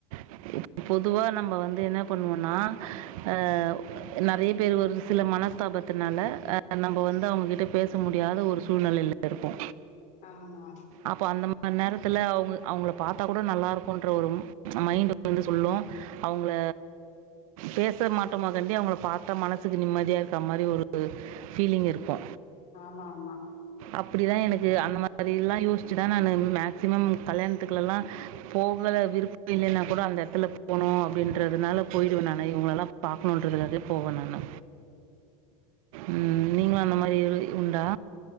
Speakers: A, on the right (about 75°); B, on the left (about 40°).
A: <inaudible> பொதுவா நம்ம வந்து என்ன பண்ணுவோனா அ நறைய பேர் வந்து சில மனஸ் தாபத்துனால அ நம்ப வந்து அவுங்ககிட்ட பேச முடியாத ஒரு சூழ்நெலையில இருப்போ
B: ஆமா
A: அப்போ அந்த மாரி நேரத்துல அவுங்க அவுங்கள பாத்தா கூட நல்லா இருக்குன்ற ஒரு மைண்ட் வந்து சொல்லு அவுங்கள பேச மாட்ட மொதலே அவுங்கள பாத்தா மனசுக்கு நிம்மதியி இருக்க மாரி ஒரு ஃபீலிங் இருக்கு
B: ஆமா ஆமா
A: அப்டிதா எனக்கு அந்த மாரில்லா யோசிச்சுதா நானு மேக்சிமம் கல்யாணத்துக்குலல்லா போகல விருப்போ இல்லனா கூட அந்த எடத்துல போணு அப்டின்றதுனால போயிடுவ நானு இவுங்களல்லா பாக்கணுன்றதுக்காகே போவ நானு ம் நீங்களும் அந்த மாரி எது உண்டா